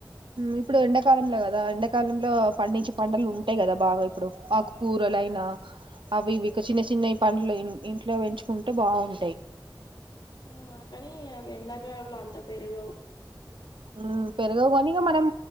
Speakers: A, on the right; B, on the left.
A: ఇప్పుడు ఎండాకాలంలో కదా ఎండాకాలంలో పండించి పంటలు ఉంటాయి కదా బాగా ఇప్పుడు ఆకుకూరలుయినా అవి ఇక చిన్న చిన్నవి పండ్లు ఇంట్లో పెంచుకుంటే బావుంటాయి
B: ఆ కానీ అవి ఎండాకాలం ల అంత పెరగవు
A: మ్మ్ పెరుగవు కాని ఇగ మనం